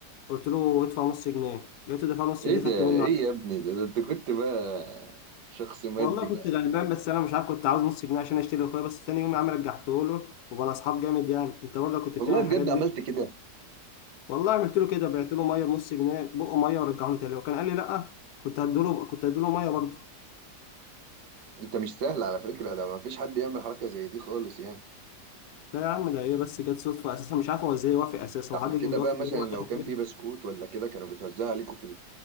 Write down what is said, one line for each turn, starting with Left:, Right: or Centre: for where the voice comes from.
Left: قلت له ادفع نص جنيه لقيته دفع نص
Right: ايه
Left: جنيه
Right: ده
Left: خدته
Right: ايه
Left: منه
Right: يا ابني ده, ده انت كنت بقى شخص مادي
Left: والله كنت
Right: بقى
Left: غلبان بس انا مش عارف كنت عاوز نص جنيه عشان اشتري اخويا بس تاني يوم يا عم رجعته له وبقى اصحاب جامد يعني انت برضه كنت
Right: والله
Left: بتعمل
Right: بجد
Left: الحاجات دي
Right: عملت كده
Left: والله عملت له كده بعت له ميه بنص جنيه بقه ميه ورجعه لي تاني وكان قال لي لا كنت هديله كنت هديله ميه برضه
Right: انت مش سهل على فكرة ده ما فيش حد يعمل حركة زي دي خالص يعني
Left: لا يا عم ده هي بس جت صدفه اساسا مش عارف هو ازاي وافق اساسا
Right: ده
Left: هو
Right: على
Left: حد
Right: كده
Left: كان بيوافق
Right: بقى مثلا لو كان
Left: ليه؟
Right: في بسكوت ولا كده كانوا بيتوزع عليكم في